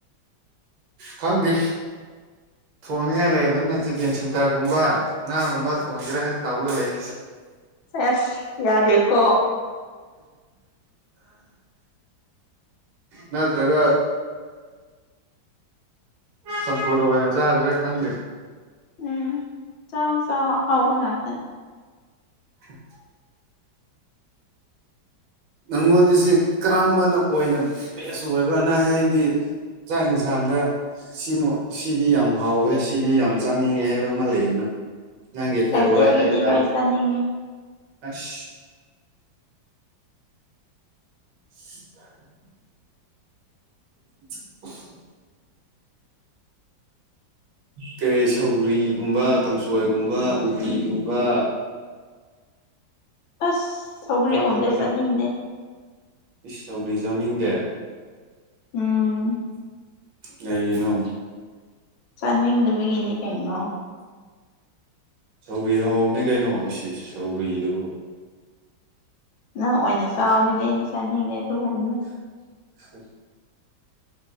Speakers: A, on the right; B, on the left.
A: ꯈꯪꯗꯦ ꯊꯣꯡꯅꯤꯡꯉꯥꯏ ꯂꯩꯗꯅ ꯆꯤꯀꯦꯟ ꯁꯦꯟꯇꯔꯒꯨꯝꯕ ꯉꯥꯒꯨꯝꯕ ꯊꯣꯡꯁꯤꯔꯅ ꯇꯧꯒ ꯂꯩ
B: ꯐꯦꯁ ꯌꯥꯗꯦꯀꯣ
A: ꯅꯠꯇ꯭ꯔꯒ ꯆꯝ ꯐꯣ ꯋꯥ ꯆꯖꯔ ꯊꯪ
B: ꯎꯝ ꯆꯥꯎ ꯆꯥꯎ ꯍꯥꯎꯕ ꯉꯥꯛꯥꯁꯦ
A: ꯑ
B: <inaudible>
A: ꯅꯪꯉꯣꯟ ꯑꯁꯤ ꯀꯔꯝꯕꯅ ꯑꯣꯏꯅ ꯕꯦꯁ ꯑꯣꯏꯕꯅ ꯍꯥꯏꯕꯗꯤ ꯆꯥꯛ ꯌꯦꯟꯁꯥꯡꯗ ꯁꯤꯃꯨ ꯁꯤꯗꯤ ꯌꯥꯝ ꯍꯥꯎꯋꯦ ꯁꯤꯗꯤ ꯌꯥꯝ ꯆꯥꯅꯤꯡꯉꯦ ꯍꯥꯏꯕ ꯑꯃ ꯂꯩꯗꯅ ꯅꯪꯒꯤ ꯐꯦꯕꯔꯥꯏ
B: ꯂꯩꯇꯦ ꯑꯩꯒꯤꯗꯤ
A: ꯍꯥꯏ ꯇꯥꯔꯦ
B: ꯂꯣꯏ ꯆꯥꯅꯤꯡꯉꯤ
A: ꯑꯁ <inaudible> <inaudible> ꯇꯦ ꯁꯧꯒ꯭ꯔꯤꯒꯨꯝꯕ ꯀꯥꯡꯁꯣꯏꯒꯨꯝꯕ ꯎꯇꯤꯒꯨꯝꯕ
B: ꯑꯁ ꯁꯧꯒ꯭ꯔꯤꯒꯨꯝꯗꯤ
A: ꯀꯔꯝꯕꯗꯅ
B: ꯆꯥꯅꯤꯡꯗꯦ
A: ꯏꯁ ꯁꯧꯒ꯭ꯔꯤ ꯆꯥꯅꯤꯡꯗꯦ
B: ꯎꯝ
A: ꯀꯩꯒꯤꯅꫭ
B: ꯆꯥꯅꯤꯡꯗꯕꯒꯤꯅꯤ ꯀꯩꯅꯣ
A: ꯁꯧꯒ꯭ꯔꯤ ꯍꯥꯎꯕꯅꯦ ꯀꯩꯅꯣ ꯏꯁ ꯏꯁ ꯁꯧꯒ꯭ꯔꯤꯗꯨꯕꯨ
B: ꯅꯪ ꯑꯣꯏꯅ ꯆꯥꯎ ꯑꯗꯨꯗꯤ ꯑꯩꯗꯤ ꯆꯥꯅꯤꯡꯗꯦ ꯑꯗꯨꯒꯨꯝꯕꯗꯨ
A: <inaudible>